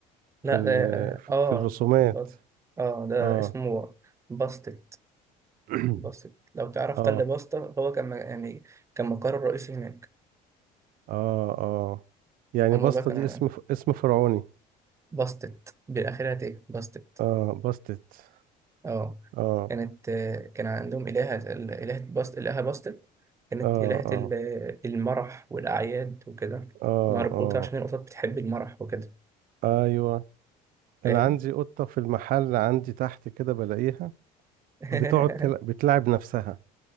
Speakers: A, on the right (about 20°); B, on the right (about 60°).
A: لا
B: في ال-
A: اه اه آه،
B: في الرسومات
A: القط اه ده
B: اه
A: اسمه باستت
B: <clears throat>
A: باستت لو تعرف
B: اه
A: تل باستا هو كان م- يعني كان مقر رئيسي هناك
B: اه اه يعني
A: هما
B: بسطة
A: بقى كانوا
B: دي اسم ف- اسم فرعوني
A: باستت بالاخره ايه باستت
B: اه باستت
A: اه
B: اه
A: كانت آه، كان عندهم الهه ال- الهه باست الهه باستت كانت
B: اه
A: الهه
B: اه
A: ال- المرح والاعياد وكده
B: اه
A: مربوطه عشان القطط بتحب المرح وكده
B: اه ايوه
A: فاهم
B: انا عندي قطه في المحل عندي تحت كده بلاقيها
A: <laughs>
B: بتقعد تل... بتلعب نفسها